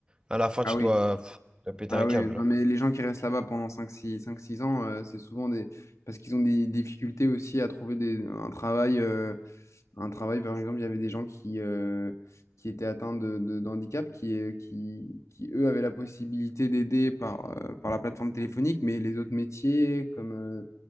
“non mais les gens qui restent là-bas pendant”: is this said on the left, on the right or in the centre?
Left